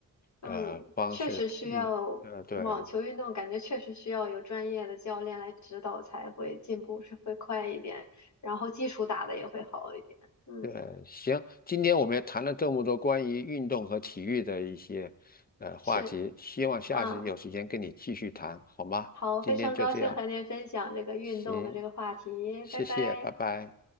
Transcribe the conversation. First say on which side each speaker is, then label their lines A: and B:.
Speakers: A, on the left; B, on the left.
A: 嗯，
B: 呃方式运呃对
A: 确实需要网球运动，感觉确实需要有专业的教练来指导才会进步是会快一点，然后基础打的也会好一点。嗯，
B: 对行，今天我们也谈了这么多关于运动和体育的一些呃话题，
A: 是，
B: 希望下次有时间跟你继续谈，
A: 嗯，
B: 好吗？
A: 好，
B: 今天就这样，
A: 非常高兴和您分享这个运动的这个话题，
B: 行，谢谢，
A: 拜拜。
B: 拜拜。